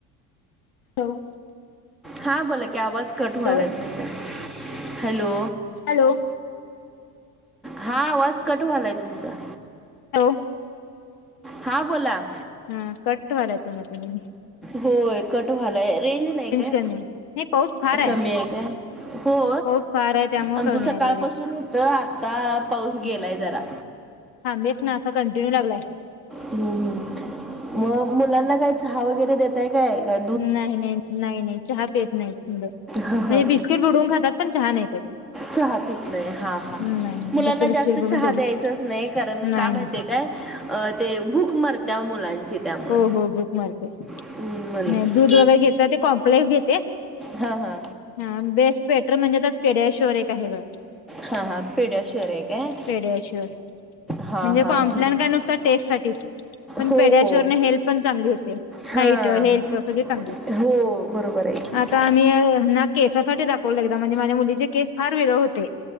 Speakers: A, on the left; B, in the centre.
A: हॅलो!
B: हा बोला की, आवाज कट व्हालाय
A: हॅलो
B: तुमचा, हॅलो!
A: हॅलो!
B: हा आवाज कट व्हलाय तुमचा.
A: हो
B: हा बोला.
A: हम्म, कट्ट व्हायलंय तुमाच्या कडून.
B: होय कट व्हायलंय. रेंज नाही काय,
A: कमी आहे नाही पाऊस फार
B: कमी आहे काय? हो?
A: पाऊस फार आहे त्यामुळे
B: आमचं
A: कमी
B: सकाळपासून
A: आले
B: होतं आता पाऊस
A: रेंज
B: गेलाय जरा.
A: थांबेच ना असा कंटिन्यू लागलाय.
B: हम्म हम्म, मग मुलांना काय चहा वगैरे देेताय काय का?
A: नाही नाही नाही नाही, चहा पेत नाहीत मुलं,
B: हा हा
A: म्हणजे बिस्किट बुडवून खातात पण चहा नाही पेत.
B: चहा पीत नाही, हा हा
A: नाही नाही
B: मुलांना
A: फक्त
B: जास्त
A: बिस्किट
B: चहा
A: बुडवून तेवढंच
B: द्यायचाच नाही, कारण
A: नाही
B: का माहितये
A: नाही
B: काय? अ ते भूक मरत्या मुलांची. त्यामुळं
A: हो हो भूक मरते,
B: हम्म म्हणून
A: नाय दूध वगैरे घेतात ते कॉम्प्लेक्स घेते.
B: हा, हा
A: हा बेस्ट पेटर म्हणजे, त्यात पेड्याशिवर एक आहे गं.
B: हा, हा पिड्याशअर आहे काय?
A: पेड्याश्युअर
B: हा
A: म्हणजे,
B: हा
A: कॉम्प्लॅन
B: ठीक
A: काय नुसता टेस्ट साठीच, पण
B: हो
A: पेड्या
B: हो
A: चुरन हेल्थ पण चांगली होते,
B: हा
A: हाईट, हेल्थ, सगळी चांगली होते.
B: हो बरोबर आहे की
A: आता मी ना, केसासाठी दाखवलं एकदा, म्हणजे माझ्या मुलीचे केस फार वेरळ होते.